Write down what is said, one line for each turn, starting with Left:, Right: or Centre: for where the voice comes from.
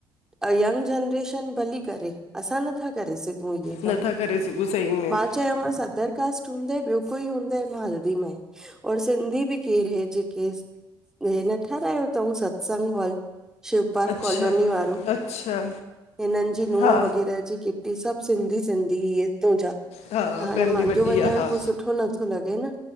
Centre: ऐं यंग जनरेशन भली करे असां नथा करे सघूं इये
Left: नथा
Centre: कम
Left: करे सघूं सही में
Centre: मां चयोमांस अदर कास्ट हूंदइ ॿियो कोई हूंदइ मां हलदीमांए। और सिंधी बि केर हे जेके हे न ठारायो तऊं सत्संग हॉल शिव पार्क
Left: अच्छा
Centre: कॉलोनी वारो
Left: अच्छा
Centre: हिनन जी नुहं
Left: हा
Centre: वग़ैरह जेकी ही सभ सिंधी सिंधी हिय हितऊं जा। त
Left: हा
Centre: हाणे
Left: फैमिली
Centre: मांजो
Left: वॾी
Centre: वञण
Left: आहे हा
Centre: पो सुठो नथो लॻे न।